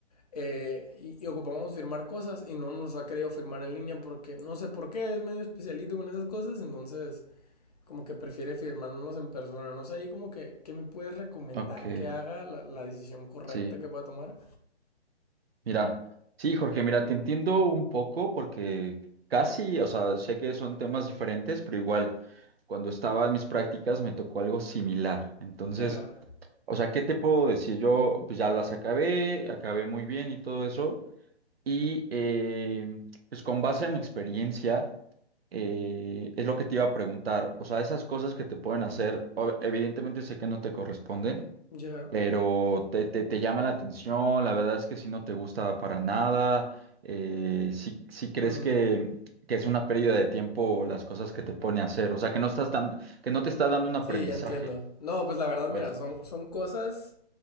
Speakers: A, on the left; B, on the right.
A: Eh, y, y ocupamos firmar cosas y no nos ha querido firmar en línea porque no sé por qué, es medio especialito con esas cosas, entonces como que prefiere firmarnos en persona. No sé, ahí como que, ¿qué me puedes recomendar
B: Ok.
A: que haga la, la decisión correcta
B: Sí.
A: que pueda tomar?
B: Mira, sí, Jorge, mira, te entiendo un poco porque casi, o sea, sé que son temas diferentes, pero igual, cuando estaba en mis prácticas me tocó algo similar. Entonces...
A: Ya,
B: O sea, ¿qué te puedo decir? Yo pues ya las acabé, acabé muy bien y todo eso, Y eh, pues con base a mi experiencia, eh, es lo que te iba a preguntar. O sea, esas cosas que te pueden hacer, o- evidentemente sé que no te corresponden,
A: ya.
B: pero te, te, te llama la atención. La verdad es que si no te gusta para nada, eh, si, si crees
A: mm,
B: que, que es una pérdida de tiempo las cosas que te pone a hacer. O sea, que no estás dando, que no te está dando un aprendizaje.
A: sí, ya entiendo. No, pues la verdad,
B: Pues,
A: mira, son, son cosas